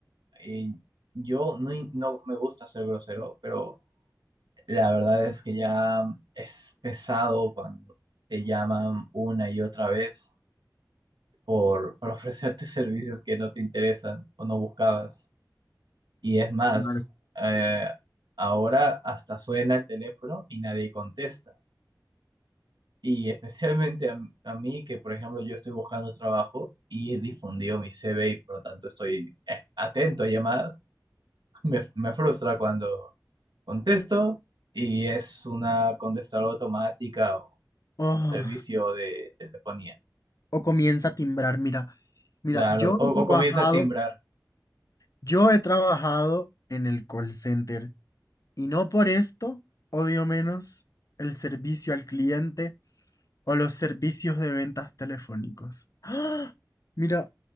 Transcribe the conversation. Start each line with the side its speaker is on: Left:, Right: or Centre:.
Right: Y yo no, in- no me gusta ser grosero, pero la verdad es que ya es pesado cuando te llaman una y otra vez por, por ofrecerte <laughs> servicios que no te interesan o no buscabas. Y es más,
Left: Claro.
Right: eh, ahora hasta suena el teléfono y nadie contesta. Y especialmente a, m- a mí, que por ejemplo yo estoy buscando trabajo y he difundido mi CV y por lo tanto estoy eh, atento a llamadas, <laughs> me, me frustra cuando contesto y es una contestadora automática o
Left: Oh,
Right: un servicio de telefonía.
Left: o comienza a timbrar, mira. Mira,
Right: Claro,
Left: yo he
Right: o,
Left: trabajado
Right: o comienza a timbrar.
Left: Yo he trabajado en el call center y no por esto odio menos el servicio al cliente o los servicios de ventas telefónicos. ¡Ah! Mira,